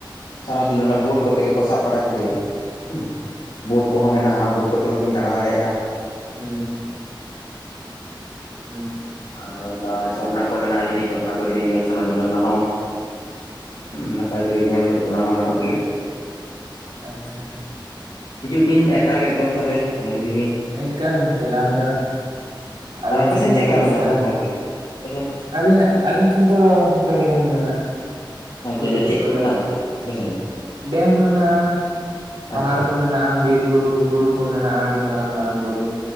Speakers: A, on the left; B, on the right.
A: ᱥᱟᱨᱟ ᱫᱤᱱ ᱚᱱᱟ ᱵᱳᱴ ᱠᱚᱛᱮ ᱜᱮᱠᱚ ᱥᱟᱵ ᱵᱟᱲᱟ ᱠᱚ ᱜᱮᱭᱟ ᱦᱚᱸ ᱵᱳᱴ ᱠᱚᱦᱚᱸ ᱢᱮᱱᱟᱜ-ᱟ ᱵᱳᱴ ᱠᱚᱛᱮ ᱦᱚᱸ ᱵᱤᱱ ᱫᱟᱬᱟ ᱫᱟᱲᱮᱭᱟᱜ-ᱟ
B: ᱦᱩᱸ ᱦᱩᱸ ᱦᱩᱸ
A: ᱟᱨ ᱚᱱᱠᱟ ᱡᱷᱚᱨᱱᱟ ᱠᱚ ᱢᱮᱱᱟᱜ-ᱟ ᱡᱩᱫᱤ ᱡᱷᱚᱨᱱᱟ ᱠᱚ ᱡᱩᱫᱤ ᱧᱮᱞ ᱥᱟᱱᱟ ᱵᱮᱱᱟ ᱚᱱᱟ ᱦᱚᱸ ᱦᱩᱸ ᱱᱟᱯᱟᱭ ᱛᱮᱜᱮ ᱧᱮᱞ ᱚᱱᱟ ᱦᱚᱸ ᱜᱟᱱᱚᱜ ᱜᱮᱭᱟ
B: ᱟᱪᱷᱟ ᱟᱪᱷᱟ
A: ᱦᱤᱡᱩᱜ ᱵᱤᱱ ᱮᱠᱟᱞ ᱮᱠᱫᱚᱢ ᱛᱟᱦᱚᱞᱮ ᱧᱮᱞ ᱤᱫᱤ ᱵᱤᱱ
B: ᱮᱠᱟᱞ ᱪᱟᱞᱟᱜ ᱦᱩᱭᱩᱜ-ᱟ ᱟᱵᱤᱱ
A: ᱟᱨ ᱟᱯᱮᱥᱮᱱ
B: ᱥᱮᱱ ᱡᱟᱦᱟᱸ
A: ᱪᱮᱫᱠᱟ
B: ᱛᱮᱥ
A: ᱢᱮᱱᱟᱜᱼᱟ
B: ᱪᱟᱞᱟ
A: ᱜᱚᱝᱠᱮ ᱟᱯᱮᱥᱮᱱ
B: ᱟᱹᱞᱤᱧᱟᱜ ᱟᱹᱞᱤᱧ ᱴᱷᱮᱱ ᱫᱚ ᱜᱚᱝᱠᱮ ᱟᱹᱰᱤ ᱜᱟᱱ ᱜᱮ ᱢᱮᱱᱟᱜ-ᱟ
A: ᱟᱪᱪᱷᱟ
B: ᱥᱩᱨ
A: ᱟᱪᱪᱷᱟ
B: ᱥᱩᱯᱩᱨ
A: ᱪᱮᱫ ᱠᱚ
B: ᱠᱚᱨᱮ
A: ᱢᱮᱱᱟᱜᱼᱟ ᱜᱚᱝᱠᱮ ᱟᱯᱮᱥᱮᱱ ᱫᱚ
B: ᱰᱮᱢ ᱦᱚᱸ ᱢᱮᱱᱟᱜ-ᱟ ᱯᱟᱦᱟᱲ
A: ᱟᱪᱪᱷᱟ
B: ᱠᱚ ᱢᱮᱱᱟᱜ-ᱟ ᱵᱤᱨ ᱵᱩᱨᱩ ᱵᱩᱨᱩ ᱠᱚ ᱢᱮᱱᱟᱜ-ᱟ ᱟᱹᱰᱤ ᱢᱟᱨᱟᱝ ᱢᱟᱨᱟᱝ ᱵᱩᱨᱩ